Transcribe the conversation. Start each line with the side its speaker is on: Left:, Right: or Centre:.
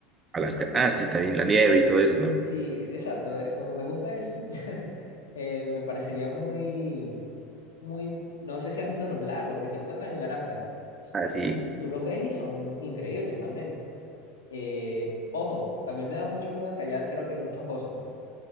Right: Alaska. Ah, sí, también la nieve y todo eso, ¿no?
Left: Sí, exacto. eh, Como me gusta eso, <laughs> eh, me parecería muy, muy, no sé si has visto los lagos que se encuentran en Alaska. S-
Right: Ah,
Left: eh,
Right: sí,
Left: tú los ves y son increíbles también. Eh, ojo, también me da mucho miedo que allá creo que hay muchos osos.